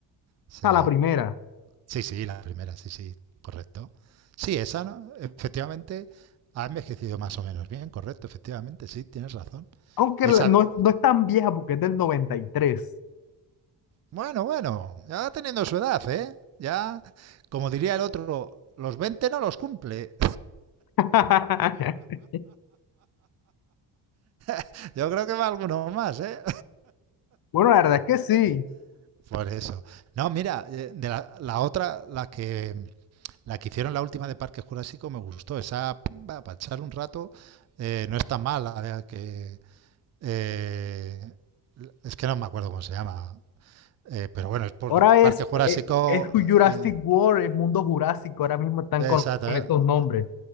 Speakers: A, on the right; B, on the left.
A: sí.
B: a la primera.
A: Sí, sí, la primera, sí, sí, correcto. Sí, esa, ¿no? Efectivamente, ha envejecido más o menos bien, correcto, efectivamente, sí, tienes razón.
B: Aunque
A: Esa,
B: la- no, no es tan vieja porque es del 93.
A: bueno, bueno, ya va teniendo su edad, ¿eh? Ya, como diría el otro, los 20 no los cumple.
B: <laughs>
A: <laughs> Yo creo que va alguno más, ¿eh?
B: Bueno, la verdad es que sí.
A: <laughs> Por eso. No, mira, eh, de la, la otra, la que, la que hicieron la última de Parque Jurásico me gustó. Esa, para echar un rato, eh, no está mal, la de que eh, es que no me acuerdo cómo se llama, eh, pero bueno, es por
B: Ahora
A: Parque
B: es,
A: Jurásico,
B: eh, es, Jurassic
A: eh,
B: World, es Mundo Jurásico, ahora mismo están
A: eh,
B: con,
A: exacto,
B: con
A: eh,
B: esos nombres.